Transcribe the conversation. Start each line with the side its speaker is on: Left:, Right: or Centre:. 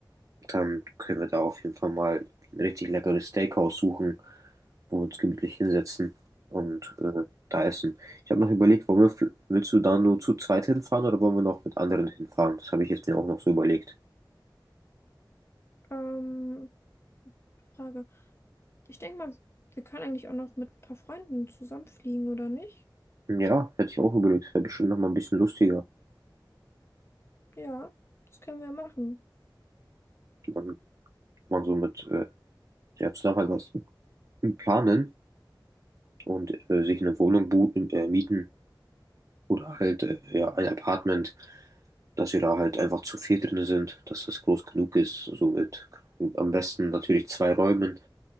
Right: Dann können wir da auf jeden Fall mal ein richtig leckeres Steakhouse suchen, wo wir uns gemütlich hinsetzen und äh, da essen. Ich habe noch überlegt, wollen wir, fl- willst du da nur zu zweit hinfahren oder wollen wir noch mit anderen hinfahren? Das habe ich jetzt mir auch noch so überlegt.
Left: Ähm, Frage. Ich denke mal, wir können eigentlich auch noch mit ein paar Freunden zusammenfliegen, oder nicht?
Right: Ja, hätte ich auch überlegt. Wäre bestimmt noch mal ein bisschen lustiger.
Left: Ja, das können wir machen.
Right: Dann man so mit äh, ja, zusammen halt was planen und äh, sich eine Wohnung bu- äh, mieten. Oder halt, äh, ja, ein Apartment, dass wir da halt einfach zu viert drin sind, dass das groß genug ist. Somit am besten natürlich zwei Räumen,